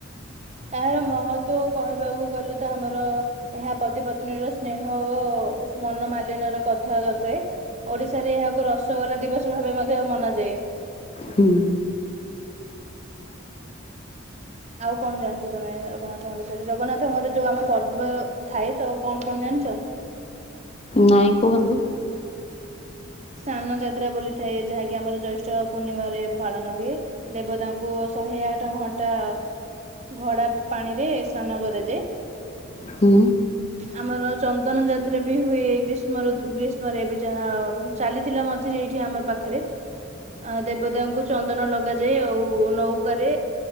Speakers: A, on the right (about 35°); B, on the left (about 30°).
A: ଏହାର ମହତ୍ୱ କହିବାକୁ ଗଲେ ତ ଆମର ଏହା ପତି ପତ୍ନୀର ସ୍ନେହ ଓ ମନମାଳିନର କଥା ଦର୍ଶାଏ। ଓଡ଼ିଶାରେ ଏହାକୁ ରସଗୋଲା ଦିବସ ଭାବେ ମଧ୍ୟ ମନାଯାଏ।
B: ହୁଁ।
A: ଆଉ କଣ ଜାଣିଚ ତମେ ଜଗନ୍ନାଥଙ୍କ ବିଷୟରେ? ଜଗନ୍ନାଥଙ୍କର ଯୋଉ ଆମ ପର୍ବ ଥାଏ ତ କଣ କଣ ଜାଣିଚ?
B: ନାଇଁ କୁହନ୍ତୁ।
A: ସ୍ନାନ ଯାତ୍ରା ବୋଲି ଥାଏ। ଯାହାକି ଆମର ଜୈଷ୍ଠ ପୂର୍ଣ୍ଣିମାରେ ପାଳନ ହୁଏ। ଦେବତାଙ୍କୁ ଶହେ ଆଠ ଘଣ୍ଟା ଘଡ଼ା ପାଣି ରେ ସ୍ନାନ କରାଯାଏ।
B: ହୁଁ।
A: ଆମର ଚନ୍ଦନ ଯାତ୍ରା ବି ହୁଏ ଗ୍ରୀଷ୍ମ ଗ୍ରୀଷ୍ମରେ ଏବେ ଯାହା ଚାଲିଥିଲା ମଝିରେ ଏଇଠି ଆମ ପାଖରେ ଆ ଦେବତା ଙ୍କୁ ଚନ୍ଦନ ଲଗାଯାଇ ଆଉ ନୌକାରେ